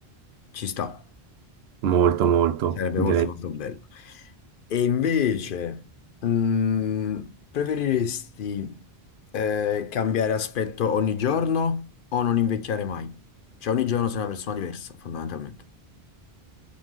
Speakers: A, on the left; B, on the right.
A: ci sta.
B: Molto, molto,
A: Sarebbe
B: direi.
A: molto molto bello. E invece, mm, preferiresti eh, cambiare aspetto ogni giorno o non invecchiare mai? Cioè ogni giorno sei una persona diversa, fondamentalmente.